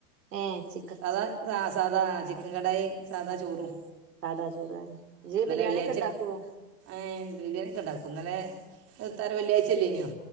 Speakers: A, on the right (about 90°); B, on the right (about 30°).
A: ഏച്ച്
B: അത് ആ സാദാ ചിക്കൻകടയി സാദാചോറും.
A: സാദാചോറ് ആ ഇജ്ജ് ബിരിയാണിയൊക്കെ
B: വെള്ളിയാഴ്ച
A: ഇണ്ടാക്കോ.
B: ഏ ബിരിയാണിക്കെ ഇണ്ടാക്കും ഇന്നലെ <unintelligible> വെള്ളിയായ്ച്ചല്ലേന്നോ